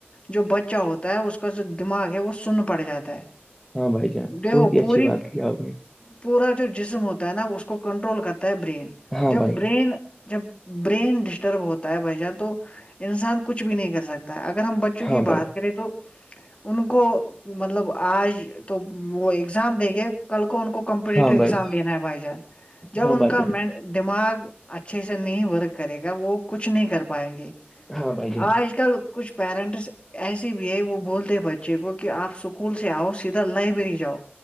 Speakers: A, on the left; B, in the centre.
A: جو بچہ ہوتا ہے اس کا جو دماغ ہے وہ سن پڑ جاتا ہے
B: ہاں بھائی جان
A: دیکھو
B: بہت ہی
A: پوری
B: اچھی بات کہی آپ نے
A: پورا جو جسم ہوتا ہے نا اس کو کنٹرول کرتا ہے برین
B: ہاں
A: جب
B: بھائی
A: برین جب برین ڈسٹرب ہوتا ہے بھائی جان تو انسان کچھ بھی نہیں کر سکتا اگر ہم بچوں کی
B: ہاں
A: بات
B: بھائی
A: کریں تو ان کو مطلب آج تو وہ ایگزام دیں گے کل کو ان کو کمپیٹیٹیو
B: ہاں
A: ایگزام
B: بھائی
A: دینا ہے بھائی جان جب
B: ہاں
A: ان
B: بھائی
A: کا
B: جان
A: مینٹ دماغ اچھے سے نہیں ورک کرے گا وہ کچھ نہیں کر پائیں گے
B: ہاں بھائی جان
A: آج کل کچھ پیرنٹس ایسے بھی ہے وہ بولتے بچے کو کہ آپ اسکول سے آؤ چیددا لائبریری جاؤ